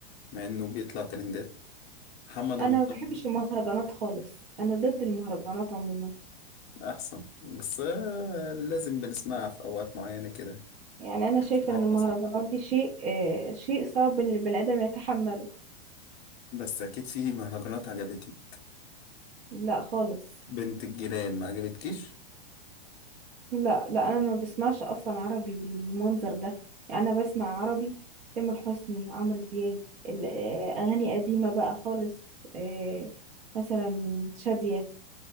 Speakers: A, on the left; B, on the right.
A: مع إنه بيطلع ترندات محمد
B: انا
A: رمضان
B: ما بحبش المهرجانات خالص انا ضد المهرجانات عموما
A: أحسن بس آه، لازم بنسمعها في أوقات معينة كده
B: يعني انا شايفه
A: في الأفراح
B: ان المهرجانات
A: مثلا
B: دي شيء آه شيء صعب ان البني ادم يتحمله
A: بس أكيد في مهرجانات عجبتك
B: لا خالص
A: بنت الجيران ما عجبتكيش
B: لا لا انا ما بسمعش اصلا عربي بالمنظر ده يعني انا بسمع عربي تامر حسني عمرو دياب ال- آه، اغاني قديمه بقى خالص آه مثلا شاديه